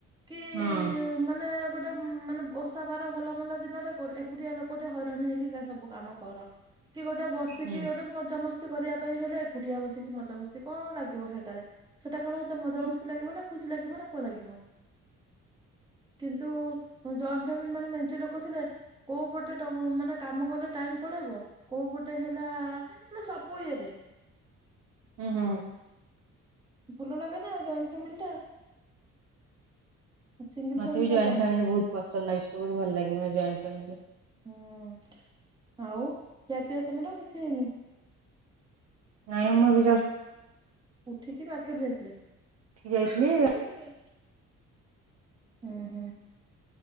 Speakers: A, on the right (about 15°); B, on the right (about 55°).
A: କି?
B: ହଁ।
A: ମାନେ, ଗୋଟେ ମାନେ ଓଷାବାର ଭଲମନ୍ଦ ଦିନରେ, ଏକୁଟିଆ ଲୋକ ଟେ ହଇରାଣ ହେଇକି ସବୁ କାମ କର। କି ଗୋଟେ ବସିକି
B: ହୁଁ
A: ଗୋଟେ ମଜାମସ୍ତି କରିବା ପାଇଁ ହେଲେ, ଏକୁଟିଆ ବସିକି ମଜାମସ୍ତି। କଣ ଲାଗିବ ସେଟାରେ? ସେଟା କଣ ସେତେ ମଜାମସ୍ତି
B: ହୁଁ
A: ଲାଗିବ ନା? ଖୁସି ଲାଗିବ ନା କଣ ଲାଗିବ? <inaudible> କିନ୍ତୁ ଜଏଣ୍ଟ ଫ୍ୟାମିଲି ମାନେ, ମେଞ୍ଚେ ଲୋକ ଥିଲେ କୋଉପଟେ ଟ ମାନେ କାମ କଲେ ଟାଇମ୍ ପଳେଇବ? କୋଉପଟେ ହେଲା, ମାନେ ସବୁ ଇଏରେ।
B: ହୁଁ ହୁଁ।
A: ଭଲ ଲାଗେ ନା ଜଏଣ୍ଟ ଫ୍ୟାମିଲିଟା। ସିଙ୍ଗଲ
B: ମତେ
A: ଫ୍ୟାମିଲି
B: ବି ଜଏଣ୍ଟ
A: ଟା କଣ
B: ଫ୍ୟାମିଲି
A: ଲାଗେ
B: ବହୁତ ପସନ୍ଦ ଲାଗୁଛି ବହୁତ ଭଲ ଲାଗେ ଜଏଣ୍ଟ ଫ୍ୟାମିଲି।
A: ହୁଁ, ଆଉ ଖିଆପିଆ ତମର କିଛି ହେଇନି?
B: ନାଇଁ ମୁଁ ଏବେ ଜଷ୍
A: ଉଠିକି ମାର୍କେଟ ଯାଇଥିଲେ?
B: ଉଠିକି ଯାଇଥିଲି
A: <unintelligible> ହୁଁ ହୁଁ,